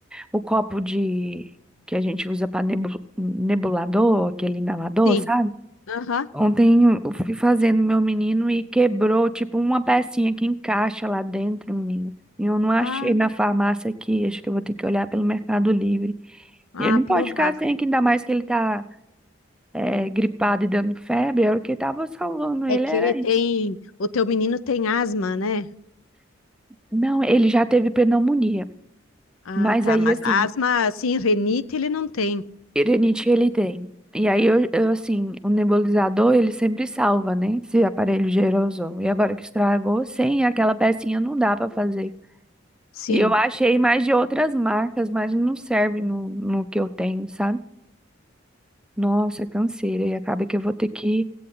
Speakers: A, in the centre; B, on the left (about 85°).
A: o copo de que a gente usa para nebulador, aquele inalador,
B: Sim.
A: sabe?
B: Aham.
A: Ontem eu fui fazendo meu menino e quebrou, tipo, uma pecinha que encaixa lá dentro, menino. E eu não achei
B: Ah,
A: na farmácia aqui, acho que eu vou ter que olhar pelo Mercado Livre.
B: ah,
A: E Ele não pode
B: provável.
A: ficar sem, que ainda mais que ele tá eh, gripado e dando febre, era o que tava salvando ele,
B: É que
A: era
B: ele tem.
A: isso.
B: O teu menino tem asma, né?
A: Não, ele já teve pneumonia,
B: Ah,
A: mas
B: tá.
A: aí
B: Mas
A: assim,
B: asma, assim, renite, ele não tem.
A: rinite ele tem. E aí eu, eu, assim, o nebulizador ele sempre salva, né? Esse aparelho de aerosol. E agora que estragou, sem aquela pecinha não dá pra fazer.
B: Sim.
A: E eu achei mais de outras marcas, mas não serve no, no que eu tenho, sabe? Nossa, canseira. E acaba que eu vou ter que